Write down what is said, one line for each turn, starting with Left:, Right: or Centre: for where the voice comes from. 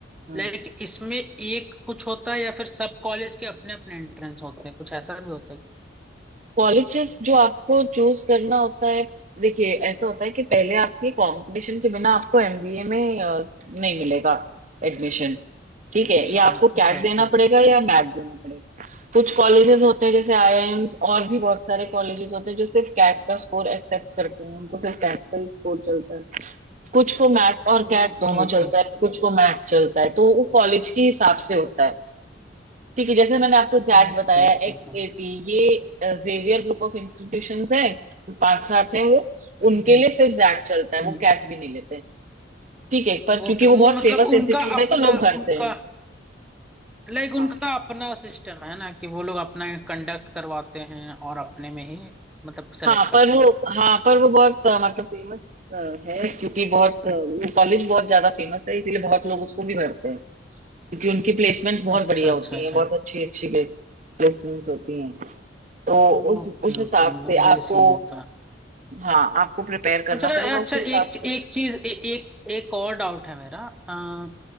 Right: हम्म
Centre: लाइक इसमें एक कुछ होता है या फिर सब कॉलेज के अपने अपने एंट्रेंस होते हैं कुछ ऐसा भी होता है क्या?
Right: कॉलेजेस जो आपको चूज करना होता है देखिए ऐसा होता है कि पहले आपके कंपटीशन के बिना आपको एमबीए में अ, नहीं मिलेगा एडमिशन ठीक
Centre: अच्छा
Right: है या आपको
Centre: अच्छा
Right: कैट
Centre: अच्छा
Right: देना पड़ेगा या मैट देना पड़ेगा कुछ कॉलेजेस होते हैं जैसे आईआईएम्स और भी बहुत सारे कॉलेजेस होते हैं जो सिर्फ कैट का स्कोर एक्सेप्ट करते हैं उनको सिर्फ कैट का ही स्कोर चलता है कुछ को मैट और
Centre: Okay
Right: कैट दोनों
Centre: okay
Right: चलता है कुछ को मैट चलता है तो वो कॉलेज के हिसाब से होता है ठीक है जैसे मैंने आपको जैट
Centre: okay
Right: बताया
Centre: okay
Right: एक्स
Centre: okay
Right: एटी, ये जेवियर ग्रुप ऑफ इंस्टीट्यूशंस हैं पांच सात हैं वो
Centre: हम्म
Right: उनके
Centre: हम्म
Right: लिए सिर्फ जैट चलता है
Centre: हम्म।
Right: वो कैट भी नहीं लेते ठीक है पर
Centre: वो
Right: क्योंकि वो बहुत
Centre: वो मतलब
Right: फेमस इंस्टीट्यूट
Centre: उनका
Right: है
Centre: अपना
Right: तो लोग भरते
Centre: उनका
Right: हैं
Centre: लाइक उनका
Right: हाँ
Centre: अपना सिस्टम है ना कि वो लोग अपना कंडक्ट करवाते हैं और अपने में ही मतलब सेलेक्ट
Right: हाँ
Centre: करते
Right: पर वो
Centre: हैं
Right: हाँ पर वो बहुत अ, मतलब फेमस है क्योंकि बहुत अ, वो कॉलेज बहुत ज्यादा फेमस है इसीलिए बहुत लोग उसको भी भरते हैं क्योंकि उनकी प्लेसमेंट्स बहुत
Centre: अच्छा
Right: बढ़िया
Centre: अच्छा
Right: होती
Centre: अच्छा
Right: हैं बहुत अच्छी अच्छी प्लेसमेंट्स होती हैं तो
Centre: ओके
Right: उस उस हिसाब
Centre: ओके मतलब
Right: से आपको
Centre: ये सीन होता है
Right: हाँ आपको प्रिपेयर करना
Centre: अच्छा
Right: पड़ेगा
Centre: अच्छा
Right: उसी
Centre: एक
Right: हिसाब से
Centre: एक चीज ए, एक एक और डाउट है मेरा आ,